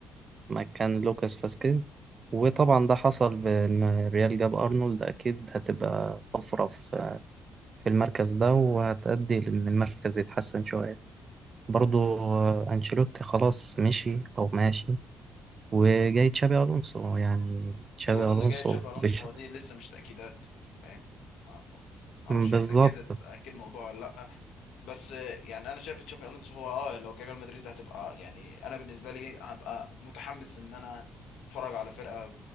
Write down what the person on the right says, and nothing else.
مكان لوكاس فاسكيز وطبعا ده حصل بإن الريال جاب أرنولد أكيد هتبقى طفرة في في المركز ده وهتأدي لأن المركز يتحسن شوية برضو آه، أنشيلوتي خلاص مشي أو ماشي وجاي تشابي ألونسو يعني تشابي
ألونسو
بشخص
بالظبط